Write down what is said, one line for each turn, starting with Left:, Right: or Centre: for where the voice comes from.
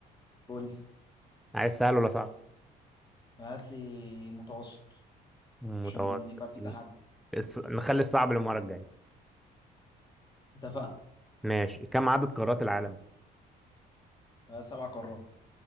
Left: قول لي
Centre: عايز سهل ولا صعب
Left: هات لي متوسط
Centre: متوسط
Left: عشان يبقى في تحدي
Centre: الص- نخلي الصعب للمرة الجاية
Left: اتفقنا
Centre: ماشي كم عدد قارات العالم
Left: آه، سبع قارات